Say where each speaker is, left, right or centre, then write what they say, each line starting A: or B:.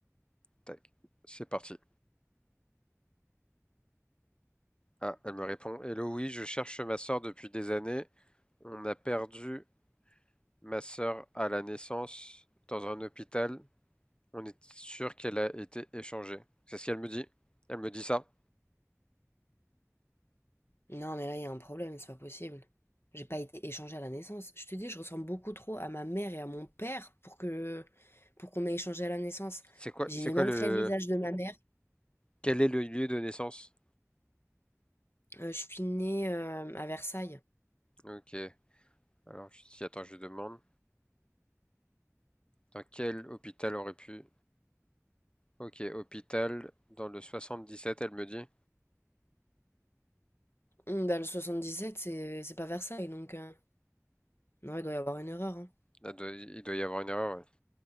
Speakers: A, on the left (about 20°); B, on the left (about 50°).
A: Tac. C'est parti. Ah, elle me répond. Hello, oui, je cherche ma sœur depuis des années. On a perdu ma sœur à la naissance dans un hôpital. On est sûr qu'elle a été échangée. C'est ce qu'elle me dit. Elle me dit ça.
B: Non, mais là, il y a un problème, c'est pas possible. J'ai pas été échangée à la naissance. Je te dis, je ressemble beaucoup trop à ma mère et à mon père pour que pour qu'on ait échangé à la naissance.
A: C'est quoi,
B: J'ai
A: c'est
B: les
A: quoi
B: mêmes
A: le,
B: traits de visage de ma mère.
A: quel est le lieu de naissance?
B: Euh, je suis née euh, à Versailles.
A: Ok. Alors, je dis, attends, je demande. Dans quel hôpital aurait pu... Ok, hôpital dans le 77, elle me dit.
B: Hum, Dans le sept c'est c'est pas Versailles, donc... euh, Non, il doit y avoir une erreur, hein.
A: Là, doit- il doit y avoir une erreur. ouais.